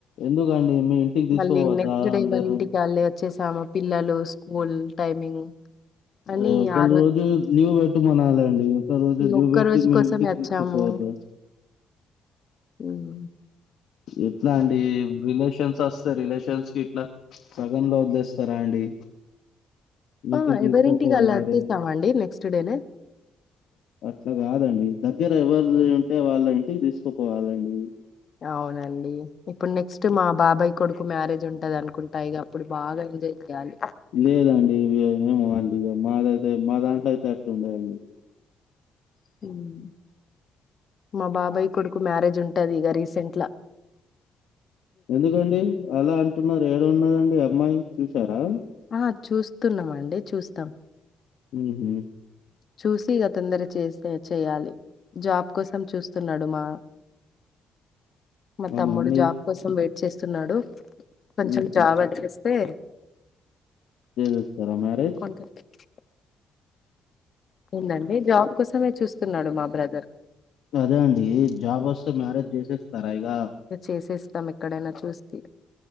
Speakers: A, on the left; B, on the left.
A: ఎందుకండి మీ ఇంటికి తీసుకోపోవద్దా
B: మళ్ళీ నెక్స్ట్ డే
A: అందరిని
B: ఎవరింటికి వాళ్ళే వచ్చేసాము పిల్లలు స్కూల్ టైమింగ్ అని
A: అదే ఒక
B: ఆ
A: రోజు లీవ్ పెట్టమనలండి ఒక రోజు
B: ఈ
A: లీవ్
B: ఒక్క
A: పెట్టి
B: రోజు
A: మీ
B: కోసమే
A: ఇంటికి
B: వచ్చాము.
A: తీసుకపోవద్ద
B: మ్
A: ఎట్లా అండి రిలేషన్స్ అస్ త్ రిలేషన్స్ కిట్లా సగంలో వదిలేస్తారా అండి ఇంటికి
B: ఆ
A: తీసుకుపోవాలి
B: ఎవరింటికి అళ్ళు వచ్చేసమండి నెక్స్ట్ డేనే
A: అట్లా కాదండి దగ్గర ఎవర్థి ఉంటే వాళ్ళ ఇంటికి తీసుకుపోవాలండి
B: అవునండి ఇప్పుడు నెక్స్ట్ మా బాబాయ్ కొడుకు మ్యారేజ్ ఉంటదనుకుంటా ఇగ అప్పుడు బాగా ఎంజాయ్ చేయాలి
A: లేదండి ఇవి ఏమో అండి ఇగ మాదైతే మా దాంట్ల అయితే అట్లుండది
B: మ్ మా బాబాయ్ కొడుకు మ్యారేజ్ ఉంటది ఇగ రీసెంట్ లా
A: ఎందుకండి అలా అంటున్నారు ఏడున్నదండి అమ్మాయి చూసారా
B: ఆ హ చూస్తున్నమండి చూస్తాం
A: మ్ హు
B: చూసి ఇగ తొందర చేస్తె చేయాలి జాబ్ కోసం చూస్తున్నాడు మా <inaudible> మా
A: అవునా
B: తమ్ముడు
A: అండి
B: జాబ్ కోసం వెయిట్ చేస్తున్నాడు కొంచెం
A: ఉహు
B: జాబ్ వచ్చేస్ స్తె
A: చేసేస్తరా మ్యారేజ్
B: కీ క్ ఏందండి జాబ్ కోసమే చూస్తున్నాడు మా బ్రదర్
A: అదే అండి జాబ్ వస్తే మ్యారేజ్ చేసేస్తారా ఇగ
B: చేసేస్తాం ఎక్కడైనా చూస్తే